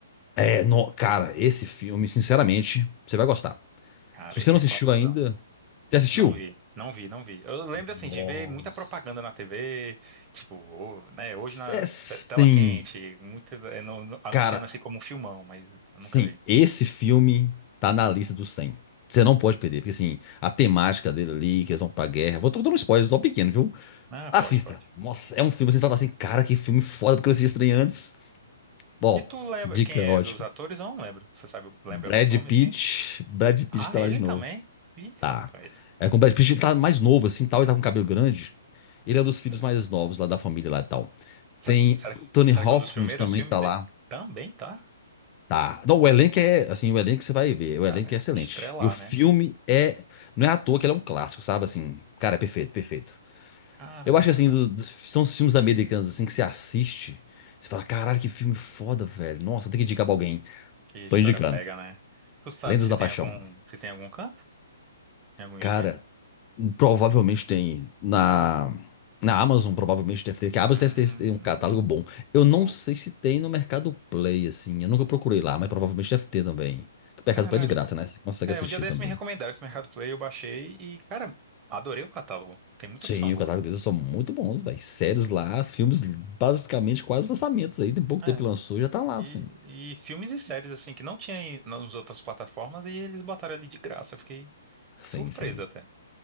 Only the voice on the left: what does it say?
é, no- cara, esse filme, sinceramente, você vai gostar.
Se você
não assistiu
ainda, você assistiu?
Nossa.
É, sim,
cara,
Sim,
esse filme tá na lista dos cem Você não pode perder, porque assim, a temática dele ali, que eles vão pra guerra. Vou tô dando um spoiler só um pequeno, viu?
Assista.
Nossa, é um filme, você fala assim, cara, que filme foda, porque eu assisti estranho antes. bom
dica
ótima.
Brad
Pitt,
Brad Pitt
tá lá
de
novo.
Tá.
É com o Brad Pitt, ele tá mais novo, assim, tal, ele tá com cabelo grande. Ele é um dos filhos
mais novos lá da família lá e tal.
Tem
Anthony
Hopkins
também
tá
lá.
Tá. Não, o elenco é, assim, o elenco você vai ver,
o elenco é excelente.
E o filme
é, não é à toa que ele é um clássico, sabe? Assim, cara, é perfeito, perfeito.
Eu acho que, assim, do- dos- são os filmes americanos, assim, que você assiste, você fala, caralho, que filme foda, velho. Nossa, tem que indicar pra alguém.
Tô indicando.
Lendas
da
Paixão.
Cara,
provavelmente tem na, na Amazon, provavelmente deve ter, que a Amazon
deve ter tem um catálogo bom. Eu não
sei se tem no Mercado Play, assim, eu nunca procurei lá, mas provavelmente deve ter também. Que o Mercado
Play é de graça, né? Você consegue
assistir
também.
Sim,
o
catálogo deles são muito bons, velho. Séries lá, filmes basicamente quase lançamentos aí. Tem pouco
tempo que lançou, já tá lá,
assim.
Sim,
sim.